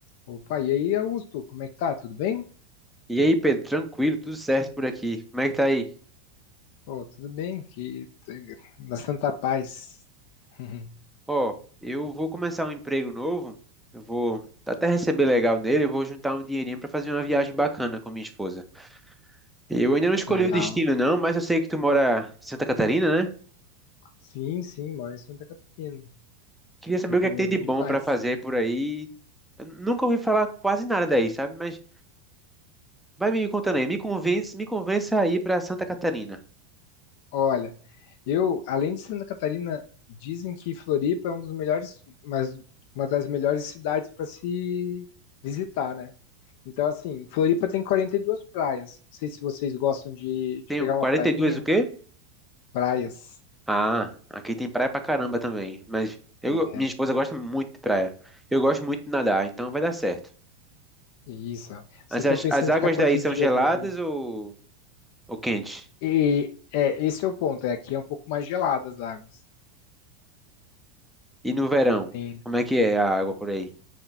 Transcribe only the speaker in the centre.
E aí, Pedro, tranquilo, tudo certo por aqui. Como é que tá aí?
Ó, eu vou começar um emprego novo. Eu vou até receber legal nele, eu vou juntar um dinheirinho pra fazer uma viagem bacana com minha esposa. Eu ainda não escolhi
o destino não, mas eu sei que tu mora em Santa Catarina, né?
Queria saber
o que é que tem de bom
pra fazer por aí. Eu nunca ouvi falar quase nada daí, sabe? Mas vai me contando aí, me convence, me convença a ir pra Santa Catarina.
Tenho
42
o quê?
Ah, aqui tem praia pra caramba também. Mas eu,
minha esposa gosta muito de praia. Eu gosto muito de nadar, então vai dar certo.
Mas
as,
as águas
daí são
geladas
ou, ou quentes?
E no verão,
como é que é a água por aí?